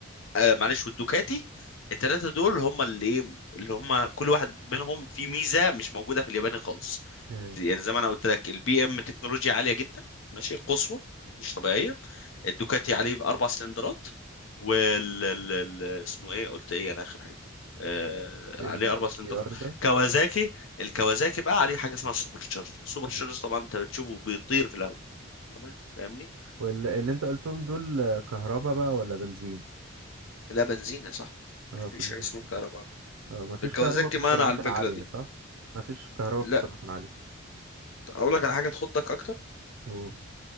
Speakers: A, on the left; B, on the right.
A: آه معلش والدوكاتي التلاتة دول هم اللي ايه اللي هم كل واحد منهم فيه ميزة مش موجودة في الياباني خالص
B: ايوه
A: يعني زي ما انا قلت لك البي ام تكنولوجيا عالية جدا ماشي قصوى مش طبيعية الدوكاتي عليه اربع سلندرات وال ال- ال- اسمه ايه قلت ايه انا اخر حاجة آه
B: الاس
A: عليه اربع سلندرات
B: بي ار ده
A: كوازاكي الكوازاكي بقى عليه حاجة اسمها سوبر تشارج سوبر
B: مم.
A: تشارج طبعا انت بتشوفه بيطير في الهواء تمام فاهمني
B: واللي انت قلتهم دول آه، كهربا بقى ولا بنزين
A: لا بنزين يا صاحبي
B: اه
A: مفيش
B: كلهم
A: حاجة اسمها كهرباء
B: اه مفيش
A: الكوازاكي
B: كهربا في السرعات
A: مانع على الفكرة
B: العاليه
A: دي
B: صح مفيش كهربا
A: لا
B: في السرعات العاليه
A: اقول لك على حاجه تخضك اكتر
B: قول